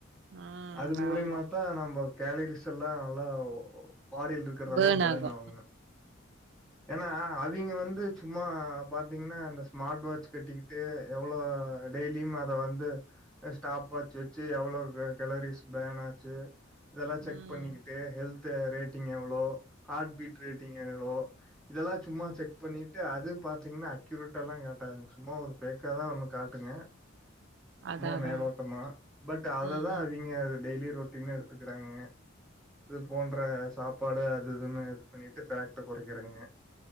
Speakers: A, on the right; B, in the centre.
A: ம்
B: அது மூலிமாதா
A: ஆமா
B: நம்போ கேலரிஸ் எல்லா நல்லா பாடில் இருக் இருக்கதெல்லா
A: பேர்ன்
B: பேணு
A: ஆகு
B: ஆவுங்க ஏனா அவிங்க வந்து சும்மா பாத்தீங்ன்னா அந்த ஸ்மாட் வாட்ச் கட்டிகிட் ட்டு எவ்ளோ டெய்லியும் அத வந்து ஸ்டாப் வாச் வெச்சு எவ்ளோ கலரீஸ் பேன் ஆச்சு இதெல்லா செக்
A: ம்
B: பண்ணிக்கிட் ட்டு ஹெல்த்த ரேட்டிங் எவ்ளோ ஹாட் பீட் ரேட்டிங் எவ்ளோ இதெல்லா சும்மா செக் பண்ணிட்டு அது பாத்தீங்ன்னா அக்யூரெட்டால்லா காட்டாதுங் சும்மா ஒரு ஃபேக்காதா நமக் காட்டுங்க சும்மா
A: அதா அதா
B: மேலோட்டமா பட் அததா
A: ம் ம்
B: அவிங்க அத டெய்லி ரொட்டீன்னா எடுத்துக்குறாங்கங்க இது போன்ற சாப்பாடு அது இதுனு இது பண்ணிட்டு ஃபேக்ட் கொறைக்குறாங்க